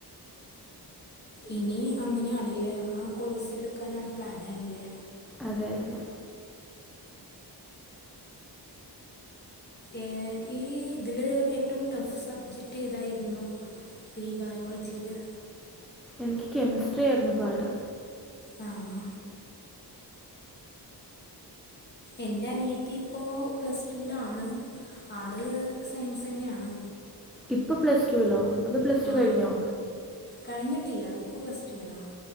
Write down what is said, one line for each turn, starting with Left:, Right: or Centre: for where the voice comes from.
Left: ഇനി അങ്ങനെയാണല്ലേ ആ കോഴ്സ എടുക്കാനാണ് പ്ലാൻ അല്ലേ?
Centre: അതെ അതെ
Left: ഏ ഈ ഇതില് ഏറ്റവും ടഫ് സബ്ജക്ട് ഏതായിരുന്നു? ഇപ്പൊ ഈ ബയോളജിയില്.
Centre: എനിക്ക് കെമിസ്ട്രി ആയിരുന്നു പാട്.
Left: ആഹ് എന്റെറെ അനിയത്തി ഇപ്പോൾ പ്ലസ് ടു ലാണ് ആള് സയൻസ് തന്നെയാണ്.
Centre: ഇപ്പൊ പ്ലസ് ടു ല്ലോ അതോ പ്ലസ്്ടു
Left: ആ
Centre: കഴിഞ്ഞോ?
Left: കഴിഞ്ഞിട്ടില്ല ഇപ്പൊ പ്ലസ് ടു ലാണ്